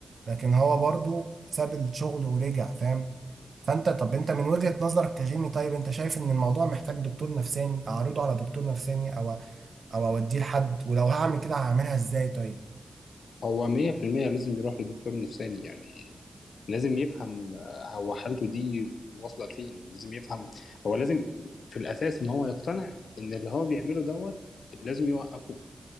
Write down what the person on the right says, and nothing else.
لكن هو برضو ساب الشغل ورجع فاهم فأنت طب أنت من وجهة نظرك كجيمي طيب أنت شايف إن الموضوع محتاج دكتور نفساني أعرضه على دكتور نفساني أو أو أوديه لحد ولو هعمل كده هعملها إزاي طيب